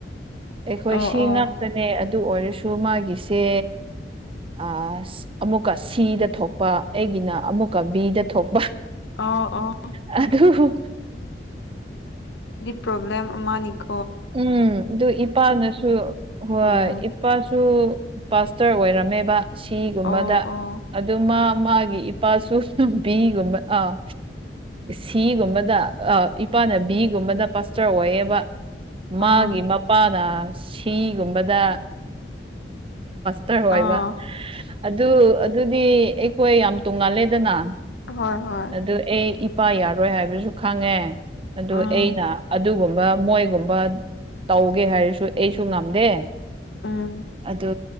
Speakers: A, on the right; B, on the left.
A: ꯑꯩꯈꯣꯏ
B: ꯑꯣ
A: ꯁꯤ
B: ꯑꯣ
A: ꯉꯥꯛꯇꯅꯦ ꯑꯗꯨ ꯑꫭꯏꯔꯁꯨ ꯃꯥꯒꯤꯁꯦ ꯑꯁ ꯧꯑꯃꯨꯛꯀ ꯁꯤꯗ ꯊꯣꯛꯄ ꯑꯩꯒꯤꯅꫡ ꯑꯃꯨꯛꯀ ꯕꯤꯗ ꯊꯣꯛꯄ
B: ꯑꯣ ꯑꯣ
A: ꯑꯗꯨ
B: ꯄ꯭ꯔ‌ꯣꯕ꯭ꯂꯦꯝ ꯑꯃꯥꯅꯤꯛ
A: ꯎꯝ ꯑꯗꯨ ꯏꯄꯥꯅꯁꯨ ꯍꯣꯏ
B: ꯎꯝ
A: ꯏꯄꯥꯁꯨ ꯄꯥꯁꯇꫪ ꯑꫭꯏꯔꯝꯃꯦꯕ ꯁꯤꯒꯨꯝꯕꯗ
B: ꯑꯣ ꯑꯣ
A: ꯑꯗꯨ ꯃꯥ ꯃꯥꯒꯤ ꯏꯄꯥꯁꯨ ꯅꯨꯕꯤꯒꯨꯝꯕ ꯑꯥ ꯁꯤꯒꯨꯝꯕꯗ ꯏꯄꯥꯅꯕꯤꯒꯨꯝꯕꯗ ꯄꯥꯁꯇꯔ ꯑꯣꯏꯌꯦꯕ ꯃꯥꯒꯤ
B: ꯑꯥ
A: ꯃꯄꯥꯅ ꯁꯤꯒꯨꯝꯕꯗ ꯗꯔ ꯑꯣꯏꯕ
B: ꯑꯥ
A: ꯑꯗꯨ ꯑꯗꯨꯗꯤ ꯑꯩꯈꯣꯏ ꯌꯥꯝ ꯇꯣꯡꯉꯥꯜꯂꯦꯗꯅ
B: ꯍꯣꯏ ꯍꯣꯏ
A: ꯑꯗꯨ ꯑꯩ ꯏ ꯄꯥ ꯌꯥꯔꯣꯏ ꯍꯥꯏꯕꯁꯨ ꯈꯪꯉꯦ ꯑꯗꯨ
B: ꯎꯝ
A: ꯑꯩꯅ ꯑꯗꯨꯒꯨꯝꯕ ꯃꯣꯏꯒꯨꯝꯕ ꯕ ꯇꯧꯕꯥꯒꯦ ꯍꯥꯏꯔꯁꯨ ꯑꯩꯁꯨ ꯉꯝꯗꯦ
B: ꯎꯝ
A: ꯑꯗꯨ